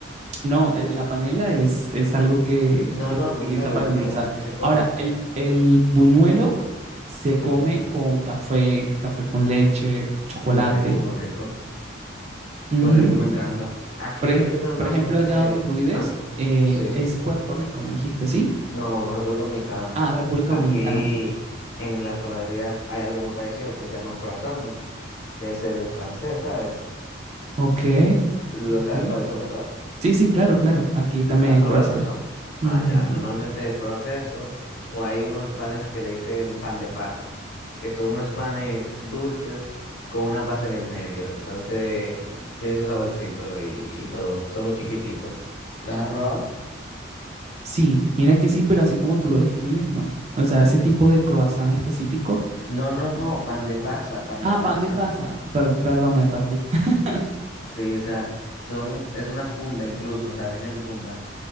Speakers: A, on the right; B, on the left.
A: No, eh, la panela es, es algo que, que
B: No, no,
A: se
B: el
A: utiliza
B: buñuelo,
A: para
B: el buñuelo,
A: endulzar.
B: ¿con qué se come?
A: Ahora, el, el buñuelo se
B: Sí,
A: come con café, café con leche, chocolate.
B: muy rico, muy rico.
A: Ujú.
B: Muy rico, me encanta. Aquí
A: Por, ej-
B: normalmente,
A: por ejemplo, allá donde tú vives,
B: ah,
A: eh,
B: sí,
A: es Puerto Rico, me dijiste, ¿sí?
B: no, República Dominicana.
A: Ah, República
B: Aquí
A: Dominicana.
B: en las panaderías hay algo muy parecido que se llama croissant, que es el francés, ¿sabes?
A: Ok,
B: Lo
A: ok.
B: sabes cuáles son, ¿verdad?
A: Sí, sí, claro, claro. Aquí también
B: ¿Has
A: hay croissant.
B: probado croissant? Ah,
A: Ujú.
B: ya, normalmente pruebas eso, o hay unos panes que le dicen pan de pasa, que son unos panes dulces con una pasa en el medio, entonces tienen su saborcito y, y todo, son muy chiquiticos. ¿Los has probado?
A: Sí, mira que sí, pero así como tú lo describes, no. O sea, ese tipo de croissant específico,
B: No, no,
A: no.
B: no, pan de pasa, pan
A: Ah,
B: de
A: pan
B: pasa.
A: de pasa. Per- perdón, me perdí. <laughs>
B: <laughs> Sí, o sea, son, es una funda incluso, o sea, viene en funda,